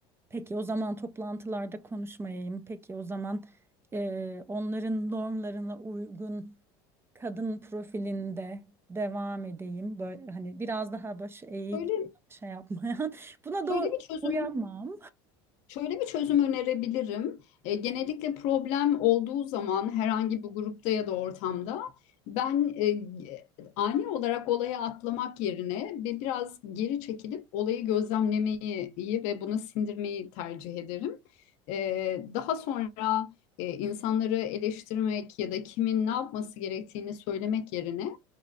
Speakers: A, on the right (about 20°); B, on the left (about 65°).
A: Peki o zaman toplantılarda konuşmayayım. Peki o zaman e, onların normlarına uygun kadın profilinde devam edeyim. Böyle hani biraz daha başı eğik
B: Şöyle,
A: şey yapmayan. <laughs> Buna
B: şöyle
A: doğru
B: bir çözüm
A: uyanmam.
B: Şöyle bir çözüm önerebilirim. E, genellikle problem olduğu zaman herhangi bir grupta ya da ortamda ben e, ani olarak olaya atlamak yerine bir biraz geri çekilip olayı gözlemlemeyi iyi ve bunu sindirmeyi tercih ederim. E, daha sonra e, insanları eleştirmek ya da kimin ne yapması gerektiğini söylemek yerine